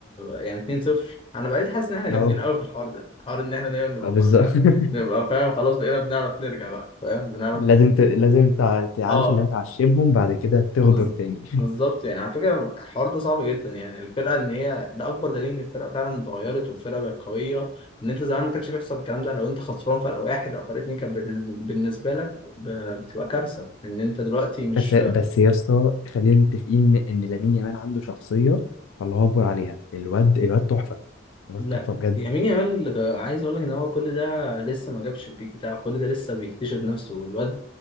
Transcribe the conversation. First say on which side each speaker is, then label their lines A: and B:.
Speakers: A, on the left; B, on the left.
A: يعني 2-0 انا بقيت حاسس ان احنا جامدين
B: اه
A: قوي في الحوار ده حوار ان احنا دايما نبقى
B: آه، بالظبط
A: متاخر
B: <laughs>
A: نبقى فاهم خلاص بقينا بنعرف نرجع بقى فاهم بنعرف
B: لازم ت... لازم تع- تعرف
A: اه
B: اللي هتعشمهم بعد كده تغدر
A: بز-
B: تاني <laughs>
A: بالظبط يعني على فكرة الحوار ده صعب جدا يعني الفرقة ان هي ده اكبر دليل ان الفرقة فعلا اتغيرت والفرقة بقت قوية ان انت زمان ما كانش بيحصل الكلام ده لو انت خسران فرق واحد او فرق اتنين كانت بت- بالنسبة لك ب- بتبقى كارثة ان انت دلوقتي مش
B: بس بس يا اسطى خلينا متفقين ان لامين يامال عنده شخصيه الله اكبر عليها الواد الواد تحفه الواد
A: لا
B: تحفه بجد
A: يمين يامال عايز اقول لك ان هو كل ده لسه ما جابش البيك بتاعه كل ده لسه بيكتشف نفسه والواد